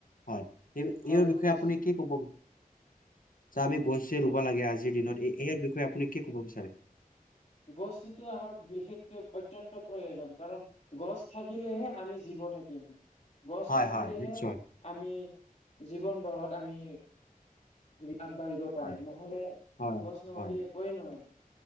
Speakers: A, on the left; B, on the left.
A: হয়, এইৰ
B: হয় শুনিছো
A: বিষয়ে আপুনি কি ক'ব বি আমি গছ যে ৰুব
B: অ
A: লাগে আজিৰ দিনত, এই, ইয়াৰ বিষয়ে আপুনি কি ক'ব বিচাৰে?
B: গছটোতো আমাৰ বিশেষকে, অত্যন্ত প্ৰয়োজন, কাৰণ গছ থাকিলেহে আমি জি থাকিম। গছ
A: হয়
B: থাকিলেহে
A: হয় নিশ্চয়
B: আমি জীৱন বঢ়াত আমি ৰি আগবাঢ়িব পাৰিম,
A: হয়
B: নহ'লে
A: হয়
B: গছ নহ'লেএকোৱেই
A: হয়
B: নহয়।